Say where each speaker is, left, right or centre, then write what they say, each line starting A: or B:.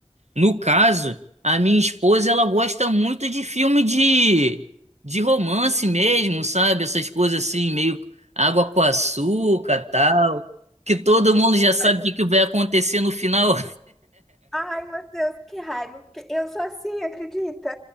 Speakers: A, on the right (about 80°); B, in the centre.
A: No caso, a minha esposa ela gosta muito de filme de, de romance mesmo, sabe? Essas coisas assim, meio água com açúcar, tal, que todo mundo já sabe
B: <laughs>
A: o que que vai acontecer no final.
B: Ai, Matheus, que raiva, porque eu sou assim, acredita?